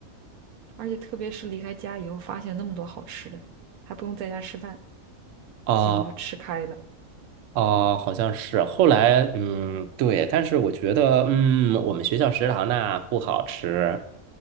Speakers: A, on the right; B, on the right.
A: 而且特别是离开家以后，发现那么多好吃的，还不用在家吃饭，
B: 啊
A: 结果就吃开了。
B: 啊，好像是。后来嗯，对，但是我觉得嗯，我们学校食堂那不好吃。